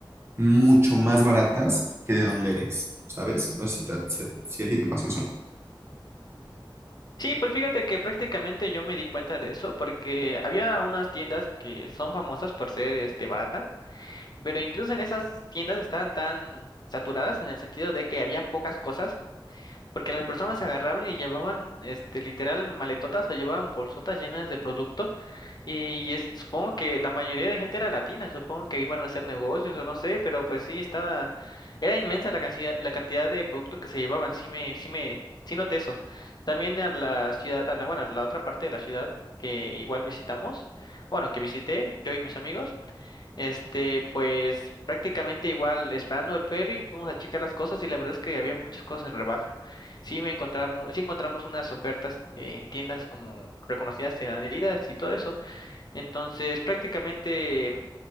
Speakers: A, on the right (about 30°); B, on the left (about 55°).
A: mucho más baratas que de donde eres, ¿sabes? No sé si, ta- si a si a ti te pasó eso.
B: Sí, pues fíjate que prácticamente yo me di cuenta de eso porque había unas tiendas que son famosas por ser este baratas Pero incluso en esas tiendas estaban tan saturadas en el sentido de que había pocas cosas, porque las personas agarraban y llevaban, este, literal maletotas o llevaban bolsotas llenas de producto. Y es- supongo que la mayoría de gente era latina, supongo que iban a hacer negocios o no sé, pero pues sí estaba, era inmensa la cantidad, la cantidad de producto que se llevaban, sí me, sí me, sí noté esos. También a la ciudad, a la, bueno, a la otra parte de la ciudad que igual visitamos, bueno, que visité yo y mis amigos. Este, pues prácticamente igual, esperando el ferry, fuimos a checar las cosas y la verdad es que había muchas cosas en rebaja. Sí me encontramos, sí encontramos unas ofertas de tiendas como reconocidas en Adidas y todo eso. Entonces, prácticamente, la